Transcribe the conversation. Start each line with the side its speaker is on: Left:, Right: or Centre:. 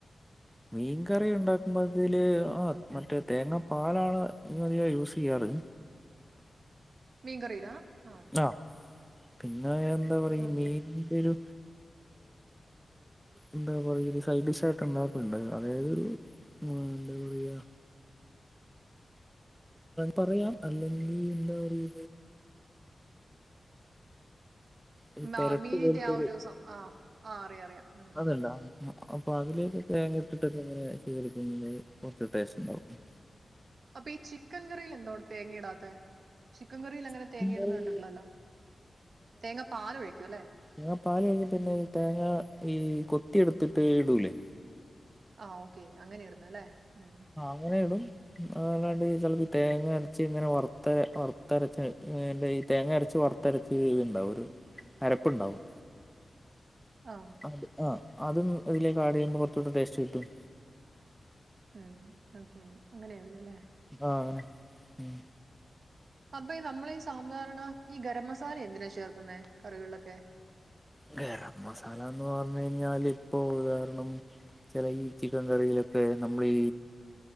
Centre: മീൻകറി ഉണ്ടാക്കുമ്പോൾ അതിൽ ആഹ് മറ്റേ തേങ്ങാ പാലാണ് അധികം യൂസ് ചെയ്യാറ്
Right: മീൻ കറിലാ ആഹ്
Centre: ആഹ് പിന്നെ എന്താ പറയാ
Right: ഓക്കെ
Centre: മീൻ ന്റെ ഒരു എന്താ പറയ സൈഡ് ഡിഷായിയിട്ട് ഉണ്ടാക്കണ്ട് അതായത് മ് എന്താ പറയാ പറയാം അല്ലെങ്കിൽ എന്താ പറയ
Right: <inaudible>
Centre: ഒരു പെരട്ട്
Right: മീന്റെ
Centre: പോലത്തെ
Right: ആഹ് ഒരു ദിവസം ആഹ് ആഹ് അറിയാം അറിയാം ഉം
Centre: അതുണ്ടാ അപ്പൊ അതിലേക് തേങ്ങ ഇട്ടിട്ടക്കെ എങ്ങനെ ചെർക്കുന്നത് കുറച്ച ടേസ്റ്റ്
Right: ഉം
Centre: ഉണ്ടാവും
Right: അപ്പൊ ഈ ചിക്കൻ കറിയില എന്തോ തേങ്ങ ഇടാത്തെ ചിക്കൻ കറിൽ അങ്ങനെ
Centre: ഉണ്ടാവും
Right: തേങ്ങ ഇടുന്ന കണ്ടിട്ടില്ലല്ലോ തേങ്ങ പാല് ഒഴിക്കു അല്ലേ
Centre: ഞങ്ങാ പാൽ കഴിഞ്ഞാ പിന്നെ തേങ്ങ ഈ കൊത്തിയടുത്തിട്ട് ഇടൂലേ
Right: ആഹ് ഓക്കെ അങ്ങനെയിരുന്നു ല്ലേ ഉം
Centre: അങ്ങനെടും അല്ലാണ്ട് ചിലപ്പ തേങ്ങ അരച്ച ഇങ്ങനെ വറുത്ത വറത്തരച്ചന്റെ ഈ തേങ്ങ അരച്ച് വറത്ത തരച്ച് ഇത് ഉണ്ടാവും ഒരു അരപ്പുണ്ടാവും
Right: ആ
Centre: അത് ആഹ് അതും ഇതിലേക്ക് ആട് ചെയ്യുമ്പോ കുറചോടെ ടേസ്റ്റ് കിട്ടും
Right: ഉം ഓക്കെ അങ്ങനെണു ലെ
Centre: ആഹ് അങ്ങനെ ഉം
Right: അപ്പൊ ഈ നമ്മളീ ഈ സാധാരണ ഈ ഗരം മസാല എന്തിനാ ചേർക്കുന്നേ കറികളിലൊക്കെ
Centre: ഗരം മസാല എന്ന് പറഞ്ഞു കഴിഞ്ഞാല് ഇപ്പൊ ഉദാഹരണം ചില ഈ ചിക്കൻ കറിയിലൊക്കെ നമ്മളീ